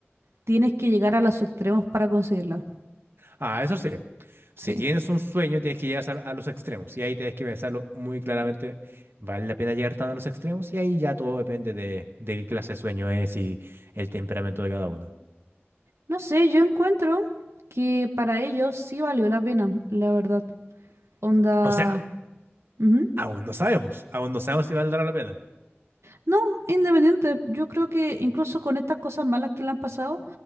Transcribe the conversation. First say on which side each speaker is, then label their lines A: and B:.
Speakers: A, on the right (about 80°); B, on the right (about 60°).
A: tienes que llegar a los extremos para conseguirla.
B: Ah, eso sí, si
A: Sí.
B: tienes un sueño, tienes que llegar a, a los extremos y ahí tienes que pensarlo muy claramente. ¿Vale la pena llegar tan a los extremos? Y ahí ya todo depende de, de qué clase de sueño es y el temperamento de cada uno.
A: No sé, yo encuentro que para ellos sí valió la pena, la verdad. Onda...
B: O sea,
A: ujú.
B: aún no sabemos, aún no sabemos si valdrá la pena.
A: No, independiente. Yo creo que incluso con estas cosas malas que le han pasado,